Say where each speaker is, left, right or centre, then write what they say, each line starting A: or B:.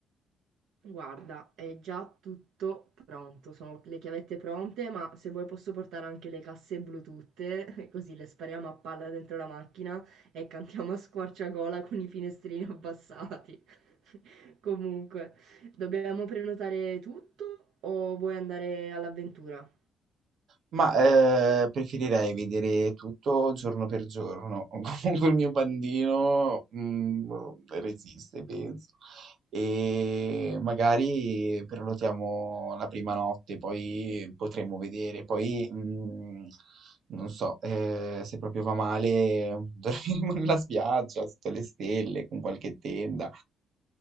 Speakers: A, on the right; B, on the right.
A: Guarda, è già tutto pronto, sono le chiavette pronte, ma se vuoi posso portare anche le casse Bluetooth, <laughs> così le spariamo a palla dentro la macchina e cantiamo a squarciagola con i finestrini abbassati. <laughs> Comunque, dobbiamo prenotare tutto o vuoi andare all'avventura?
B: Ma eh, preferirei vedere tutto giorno per giorno. <laughs> Comunque il mio pandino mm, resiste, penso. E magari prenotiamo la prima notte, poi potremo vedere. Poi mm, non so, eh, se proprio va male, <laughs> dormiremo nella spiaggia, sotto le stelle, con qualche tenda.